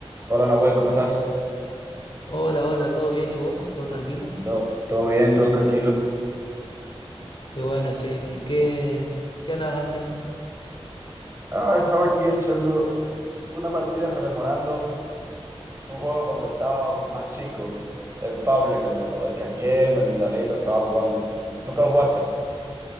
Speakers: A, on the right (about 25°); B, on the left (about 55°).
A: Hola Nahuel, ¿cómo estás?
B: Hola, hola, ¿todo bien y vos? ¿Todo tranquilo?
A: ¿Todo, todo bien? ¿Todo tranquilo?
B: Qué bueno, che. ¿Y qué, qué andabas haciendo?
A: Ah, estaba aquí echando una partida rememorando un juego cuando estaba más chico, el Fable, que me lo descargué, me lo instalé y lo estaba jugando. ¿Nunca lo jugaste?